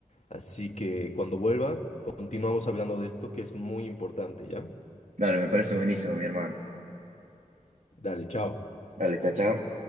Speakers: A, on the left; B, on the right.
A: Así que cuando vuelva, continuamos hablando de esto que es muy importante, ¿ya?
B: Dale, me parece buenísimo, mi hermano.
A: Dale, chao.
B: Dale, chao, chao.